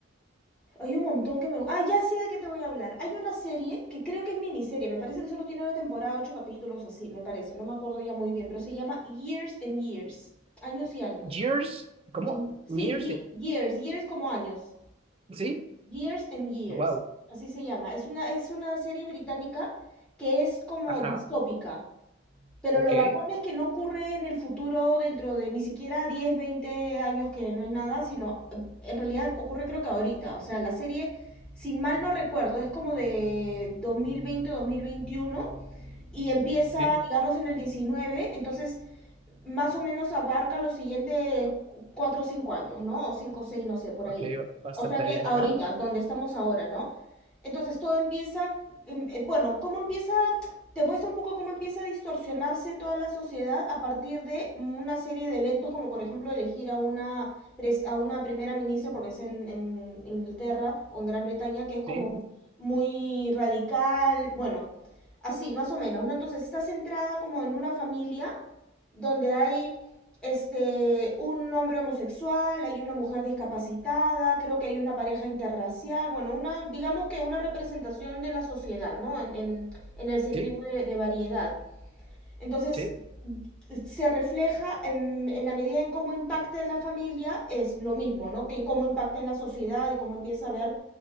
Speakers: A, in the centre; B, on the right.
A: Hay un montón que me... Ah, ya sé de qué te voy a hablar. Hay una serie que creo que es miniserie, me parece que solo tiene una temporada, ocho capítulos o así, me parece, no me acuerdo ya muy bien, pero se llama Years and Years, años y años.
B: Years, ¿cómo?
A: En- Sí,
B: Years,
A: ye- years, years como años.
B: sí.
A: Years and Years,
B: Wow.
A: así se llama. Es una, es una serie británica que es como
B: Ajá.
A: distópica, pero
B: Ok.
A: lo bacán es que no ocurre en el futuro dentro de ni siquiera 10 20 años, que no es nada, sino eh, en realidad ocurre creo que ahorita. O sea, la serie, sin mal no recuerdo, es como de dos dos mil veinte dos mil veintiuno y empieza,
B: Sí.
A: digamos, en el 19, entonces más o menos abarca los siguientes cuatro o cinco años, ¿no? O cinco o seis, no sé, por
B: Ok,
A: ahí.
B: bastante
A: O sea que
B: bien.
A: ahorita,
B: Ajá.
A: donde estamos ahora, ¿no? Entonces todo empieza, em, eh, bueno, cómo empieza, te muestra un poco cómo empieza a distorsionarse toda la sociedad a partir de una serie de eventos, como por ejemplo elegir a una, pres- a una primera ministra, porque es en, en Inglaterra o en Gran Bretaña, que es
B: Sí.
A: como muy radical, bueno, así, más o menos, ¿no? Entonces está centrada como en una familia donde hay este, un hombre homosexual, hay una mujer discapacitada, creo que hay una pareja interracial, bueno, una, digamos que una representación de la sociedad, ¿no? En, en, en el sentido
B: Sí.
A: de, de variedad. Entonces,
B: Sí.
A: se refleja en, en la medida en cómo impacta en la familia, es lo mismo, ¿no? Que en cómo impacta en la sociedad y cómo empieza a haber